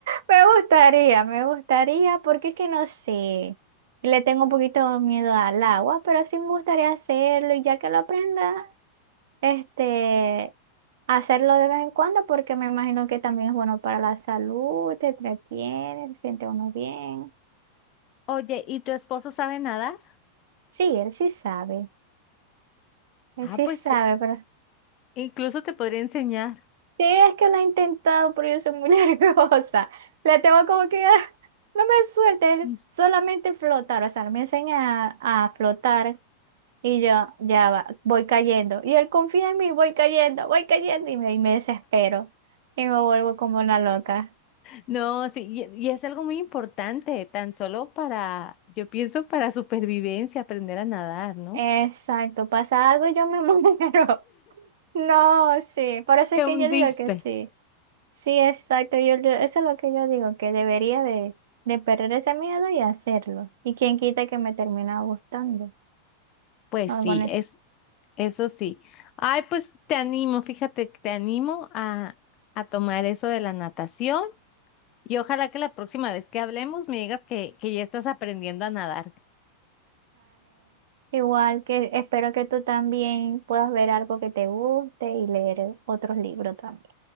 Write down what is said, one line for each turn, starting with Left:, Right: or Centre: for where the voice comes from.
Right: Me gustaría, me gustaría, porque es que no sé, le tengo un poquito de miedo al agua, pero sí me gustaría hacerlo y ya que lo aprenda, este, hacerlo de vez en cuando, porque me imagino que también es bueno para la salud, te entretiene, se siente uno bien.
Left: Oye, ¿y tu esposo sabe nadar?
Right: Sí, él sí sabe, él
Left: Ah,
Right: sí
Left: pues
Right: sabe, pero
Left: incluso te podría enseñar.
Right: sí es que lo ha intentado, pero yo soy muy <laughs> nerviosa. Le tengo como que, "Ah, no me suelte, él
Left: <laughs>
Right: solamente flotar, o sea, me enseña a, a flotar Y yo, ya va, voy cayendo. Y él confía en mí, voy cayendo, voy cayendo. Y me, y me desespero. Y me vuelvo como una loca.
Left: No, sí, y, y es algo muy importante, tan solo para, yo pienso para supervivencia, aprender a nadar, ¿no?
Right: Exacto, pasa algo y yo me <laughs> muero. No, sí. Por eso
Left: Te
Right: es que
Left: hundiste.
Right: yo digo que sí. Sí, exacto. Yo, yo- eso es lo que yo digo, que debería de, de perder ese miedo y hacerlo. Y quién quita que me termina gustando.
Left: Pues
Right: Algo
Left: sí,
Right: necesario.
Left: es, eso sí. Ay, pues te animo, fíjate, que te animo a, a tomar eso de la natación y ojalá que la próxima vez que hablemos me digas que, que ya estás aprendiendo a nadar.
Right: Igual que espero que tú también puedas ver algo que te guste y leer otros libros también.